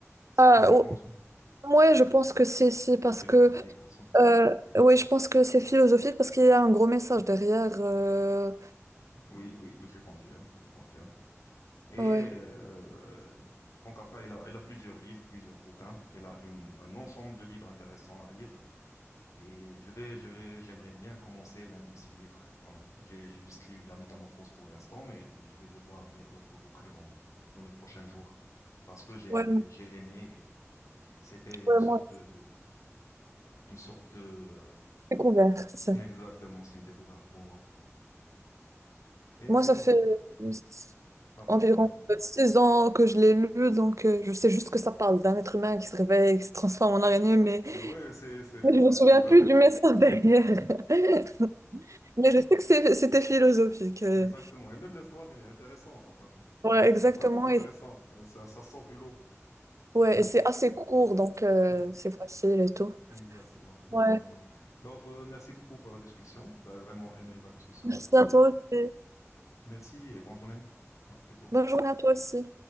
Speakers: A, on the left; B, on the right.
A: Est-ce
B: Ah,
A: que tu penses? hein
B: Ouais, je pense que c'est c'est parce
A: C'est philosophique
B: que
A: aussi.
B: euh, ouais, je pense que c'est philosophique parce qu'il y a un gros message derrière. euh,
A: Oui, oui, oui, je confirme, je confirme. Et
B: ouais,
A: euh, Franz Kafka, il a, il a plusieurs livres, plusieurs bouquins. Il a une, un ensemble de livres intéressants à lire. Et je vais, je vais, j'aimerais bien commencer l'un de ces livres. hein. J'ai j'ai juste lu La Métamorphose pour l'instant, mais je vais devoir lire d'autres bouquins dans, dans les prochains jours parce que j'ai
B: ouais,
A: j'ai j'ai aimé. Et c'était une
B: ouais,
A: sorte
B: moi,
A: de, de- une sorte de, euh,
B: j'ai découvert. ça.
A: exactement, c'était une découverte pour moi. Et,
B: Moi, ça fait
A: euh,
B: euh,
A: pardon,
B: environ
A: non?
B: euh, six ans que je l'ai lu, donc euh, je sais juste que ça parle d'un être humain qui se réveille, qui se transforme en araignée, mais,
A: Oui, c'est,
B: <laughs>
A: c'est,
B: mais je
A: c'est,
B: me souviens
A: c'est vraiment,
B: plus du message derrière. <laughs> Mais je sais que c'est- c'était philosophique. euh.
A: exactement. Et même l'histoire, elle est intéressante, enfin.
B: Ouais,
A: Elle
B: exactement.
A: est vraiment intéressante.
B: Et,
A: Euh, Ça, ça sort du lot.
B: ouais, et c'est assez court, donc euh,
A: <laughs>
B: c'est facile et tout.
A: Exactement, exactement.
B: Ouais,
A: Alors, euh, merci beaucoup pour la discussion. J'ai vraiment aimé la discussion
B: merci
A: avec vous.
B: à toi aussi.
A: Merci et bonne journée. À plus tôt.
B: Bonne journée à toi aussi.